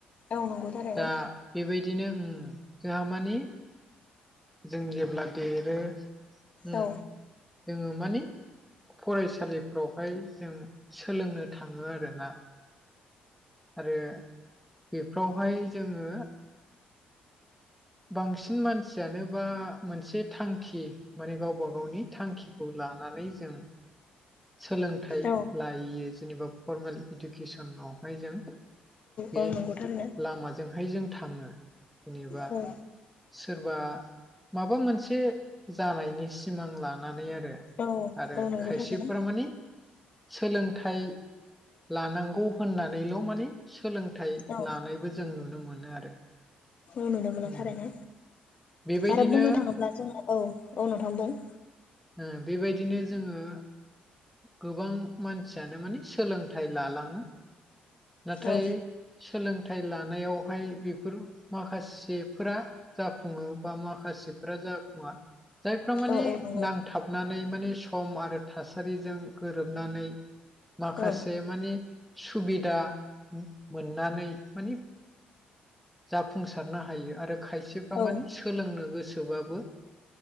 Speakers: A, on the left (about 40°); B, in the centre.
A: औ नंगौ। थारैनो
B: दा बेबायदिनो जोंहा मानिे जों जेब्ला देरो जोङो
A: औ
B: माने फरायसालिफ्रावहाय जों सोलोंनो थाङो आरोना। आरो बेफ्रावहाय जोङो बांसिन मानसियानो बा मोनसे थांखि माने गावबा गावनि थांखि खौ लानानै जों सोलोंथाइ
A: औ
B: लायोयो जेनेबा फर्मेल इडुकेसनावहाय जों बे
A: औ नंगौ थारैनो
B: लामाजोंहाय जों थाङो जेनेबा
A: औ
B: सोरबा माबा मोनसे जानायनि सिमां लानानै आरो
A: औ
B: आरो
A: औ नंगौ
B: खायसेफोरा
A: थारैनो
B: माने सोलोंथाइ लानांगौ होननानैल' माने सोलोंथाइ
A: औ
B: लानायबो जों नुनो मोनो आरो
A: औ नुनो मोना
B: उम
A: थारैनो
B: बेबायदिनो
A: आरो बुंनो थाङोब्ला जोङो औ औ नोंथां बुं
B: ओं बेबायदिनो जोङो गोबां मानसियानो माने सोलोंथाइ लालां नाथाय
A: औ
B: सोलोंथाइ लानायावहाय बेफोर माखासेफोरा जाफुङो बा माखासेफफ्रा जाफुङा जायफ्रा माने
A: औ औ नंगौ
B: नांथाबनानै माने सम आरो थासारिजों गोरोबनानै माखासे
A: औ
B: माने सुबिदा मोननानै मान जाफुंसारनो हायो आरो खायसेफ्रा
A: औ
B: माने सोलोंनो गोसोबाबो